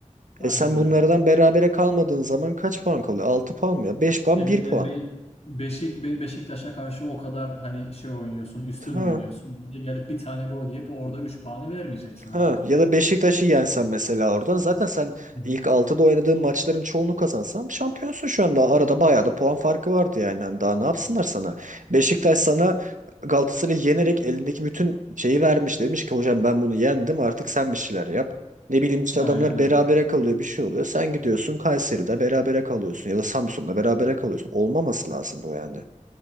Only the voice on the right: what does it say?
E sen bunlardan
berabere kalmadığın zaman kaç puan kalıyor? altı puan mı ya? beş puan
bir
puan.
ha
Ha,
ya da Beşiktaş'ı yensen mesela oradan zaten sen
ilk Altıda oynadığın maçların çoğunu kazansan şampiyonsun şu anda. Arada bayağı da puan farkı vardı yani. Hani Daha ne yapsınlar sana? Beşiktaş sana Galatasaray'ı yenerek elindeki bütün şeyi vermiş. Demiş ki hocam ben bunu yendim artık sen bir şeyler yap. Ne bileyim işte
adamlar
berabere kalıyor bir şey oluyor. Sen gidiyorsun Kayseri'de berabere kalıyorsun ya da Samsun'da berabere kalıyorsun. Olmaması lazım bu yani.